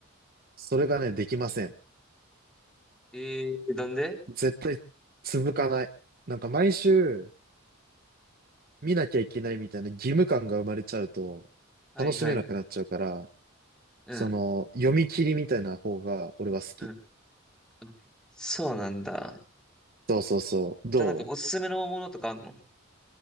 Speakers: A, on the right; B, in the centre.
A: それがね、できません。
B: えー、なんで
A: 絶対続かない。なんか毎週見なきゃいけないみたいな義務感が生まれちゃうと、
B: はいはい。
A: 楽しめなくなっちゃうから、
B: うん、
A: その、読み切りみたいな方が俺は好き。
B: うん。あそうなんだ。
A: そうそうそう。ど
B: じゃあなんかおすすめのものとかあんの